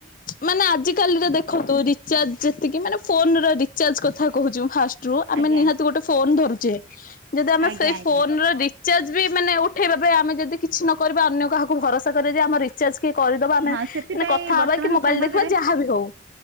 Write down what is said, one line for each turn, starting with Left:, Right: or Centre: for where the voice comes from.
Left: ମାନେ ଆଜିକାଲିରେ ଦେଖନ୍ତୁ, ରିଚାର୍ଜ ଯେତିକି ମାନେ ଫୋନର ରିଚାର୍ଜ କଥା କହୁଛି, ମୁଁ ଫାଷ୍ଟ ରୁ ଆମେ
Right: ଆଜ୍ଞା
Left: ନିହାତି ଗୋଟେ ଫୋନ ଧରୁଛେ। ଯଦି ଆମେ
Right: ଆଜ୍ଞା
Left: ସେଇ
Right: ଆଜ୍ଞା।
Left: ଫୋନର ରି ରିଚାର୍ଜବି ମାନେ ଉଠେଇବା ପାଇଁ ଆମେ ଯଦି କିଛି ନ କରିବା, ଅନ୍ୟ କାହାକୁ ଭରସା କରିବା, ଯେ ଆମ ରି ଚାର୍ଜ କିଏ କରିଦବ? ଆମେ
Right: ହଁ
Left: ମାନେ
Right: ସେଥିପାଇଁ
Left: କଥା
Right: ବର୍ତ୍ତମାନ
Left: ହବା କି ମୋବାଇଲ
Right: ସମାଜରେ
Left: ଦେଖିବା କି ଯାହାବି ହଉ।